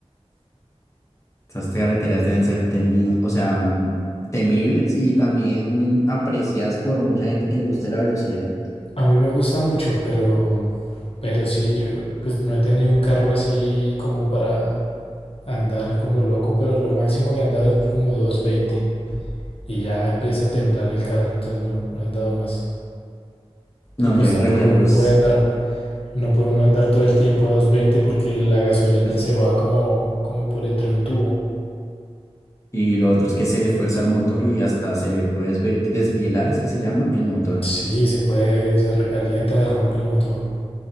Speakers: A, on the left; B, on the left.
A: Esas carreteras deben ser temidas, o sea, mm, temibles y también apreciadas por mucha gente que le guste la velocidad.
B: A mí me gusta mucho, pero, pero sí, yo pues no he tenido un carro así como para andar como loco, pero lo máximo que he andado es como 220 y ya empieza a temblar el carro, entonces no, no he andado más.
A: No,
B: Y pues
A: yo en
B: tampoco
A: realidad
B: uno
A: pues,
B: puede andar, no puede uno andar todo el tiempo a 220 porque la gasolina
A: es
B: se va como, como por entre un tubo.
A: y lo otro es que se esfuerza el motor y hasta se le puede desve- desvielar, es que se llama el motor.
B: Sí, se puede, se recalienta, se rompe el motor.